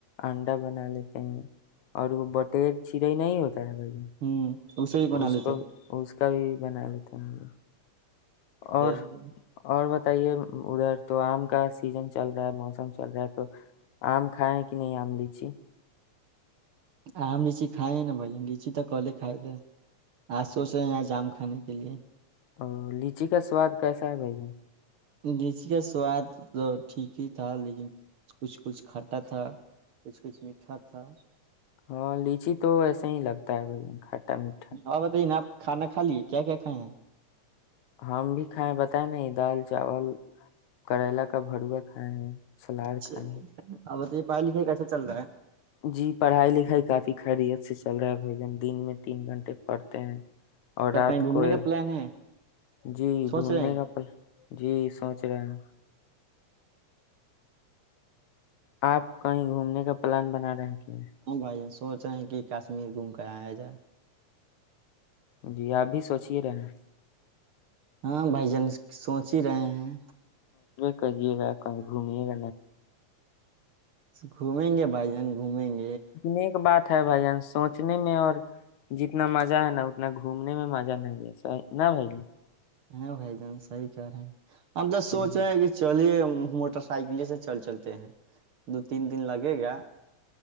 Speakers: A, on the left (about 75°); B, on the right (about 55°).
A: انڈا بنا لیتے ہیں اور بٹیر چ ساائی نہیں ہوتا <unintelligible>
B: ہوں اسے بھی بنا
A: اس
B: لیتے
A: کا
B: ہیں
A: اس کبھی بنا لیتا ہوں اور
B: چلیے،
A: اور ب بتائیے ادھر تو آم کا سیزن چل رہا ہے موسم چل رہا ہے تو آم کھائے کہ نہیں آم لیچی
B: آم لیچی کھائے ہیں نا بھائی لیچی تو کلے کھائے تھے آج سوچ رہے ہیں آج آم کھانے کے لیے
A: اور لچی کا سواد کیسا ہے بھیا
B: لیچی کا سواد تو ٹھیک ہی تھا لیکن کچھ کچھ کھٹا تھا کچھ کچھ میٹھا تھا
A: ہاں لیچی تو ایسے ہی لگتا ہے بھائی کھٹا میٹھا
B: آپ بتائیے نا آپ کھانا کھا لیے کیا کیا کھائے ہیں
A: ہم بھی کھائےیں بتائے نہیں دال چاول کریلا کا بروا کھائے ہیں سلاد
B: چلیے
A: کھائے ہیں
B: آب تو پڑائی لکھائی کیسا چل رہ ہے
A: جی پڑھائی لکھائی کافی خیریت سے چل رہا ہے بھ جن دن میں تین گھنٹے پڑتے ہیں اور
B: تو
A: رات
B: کہیں گھومنے
A: کو ایک
B: کا پلان ہے
A: جی
B: سوچ
A: گھومنے
B: رہے ہیں
A: کا پل جی سوچ رہے ہیں آپ کہیں گھومنے کا پلان بنا رہے کہ ہیں
B: ہاں بھائی جان سوچ رہے ہیں کہ کشمیر گھوم کر آیا جائے
A: جی آپ بھی سوچی ہی رہے ہیں
B: ہاں بھائی جان سوچ ہی رہے ہیں
A: کہجے گ کہیں گھمی گ
B: گھومیں گے بھائی جان گھومیں گے
A: اتنے ایک بات بھائی جان سوچنے میں اور جتنا مزہ ہے نا اتنا گھومنے میں مزہ نہیں آ نہ بھائی جان
B: ہاں بھائی جان صحیح کہہ رہے ہیں ہمب تو سوچ
A: ہوں،
B: رہے ہیں کہ چلیے موٹر سائیکل سے چل چلتے ہیں دو تین دن لگے گا